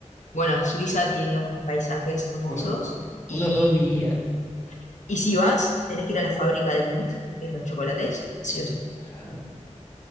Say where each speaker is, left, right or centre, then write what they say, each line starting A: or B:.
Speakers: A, on the left (about 75°); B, on the left (about 25°).
A: bueno, Suiza tiene unos paisajes hermosos
B: Uno-
A: y,
B: unos dos días.
A: y si vas, tenés que ir a la fábrica de Lindt, que es los chocolates, sí o sí.
B: Ajá.